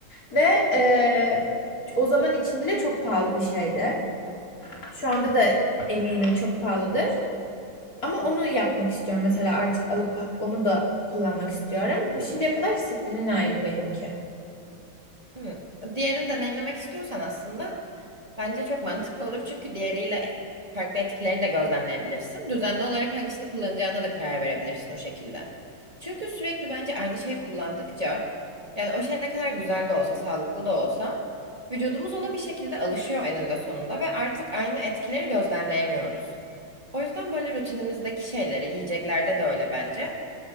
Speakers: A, on the left (about 45°); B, on the right (about 15°).
A: Ve e, o zaman için bile çok pahalı bir şeydi. Şu anda da eminim çok pahalıdır. Ama onu yapmak istiyorum. Mesela artık alıp ha- onu da kullanmak istiyorum. Bu şimdiye kadar Sprina'ydı benimki.
B: Hı. Diğerini deneyimlemek istiyorsan aslında bence çok mantıklı olur. Çünkü diğeriyle farklı etkilerini de gözlemleyebilirsin. Düzenli olarak hangisini kullanacağına da karar verebilirsin o şekilde. Çünkü sürekli bence aynı şeyi kullandıkça yani o şey ne kadar güzel de olsa, sağlıklı da olsa vücudumuz ona bir şekilde alışıyor eninde sonunda ve artık aynı etkileri gözlemleyemiyoruz. O yüzden böyle rutinimizdeki şeyleri yiyeceklerde de öyle bence.